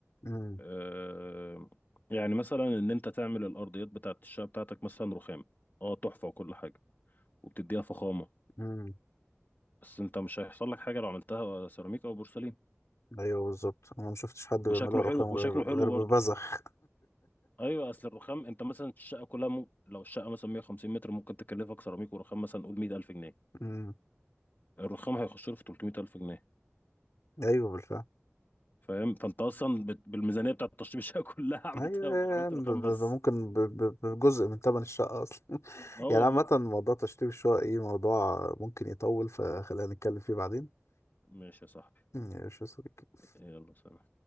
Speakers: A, on the left; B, on the left.
A: امم
B: آه، يعني مثلا ان انت تعمل الارضيات بتاعت الشقه بتاعتك مثلا رخام اه تحفه وكل حاجه وبتديها فخامه
A: امم
B: بس انت مش هيحصل لك حاجه لو عملتها سيراميك او بورسلين
A: ايوه بالظبط انا ما شفتش حد بيعملها
B: وشكله
A: رخام
B: حلو
A: غير
B: وشكله حلو
A: غير
B: برضه
A: ببذخ
B: ايوه اصل الرخام انت مثلا الشقه كلها مو... لو الشقه مثلا 150 متر ممكن تكلفك سيراميك ورخام مثلا قول 100000 جنيه
A: <laughs> امم
B: الرخام هيخش له في 300000 جنيه
A: ايوه بالفعل
B: فاهم فانت اصلا بت... بالميزانيه بتاعت تشطيب الشقه <laughs> كلها عملت
A: ايوه
B: عملت
A: ب-
B: رخام
A: ب-
B: بس
A: ب- ممكن ب- ب- بجزء من ثمن الشقه اصلا <laughs>
B: اه
A: يعني
B: والله
A: عامه موضوع تشطيب الشقه ايه موضوع ممكن يطول فخلينا نتكلم فيه بعدين
B: ماشي يا صاحبي
A: ماشي يا صديقي
B: يلا سلام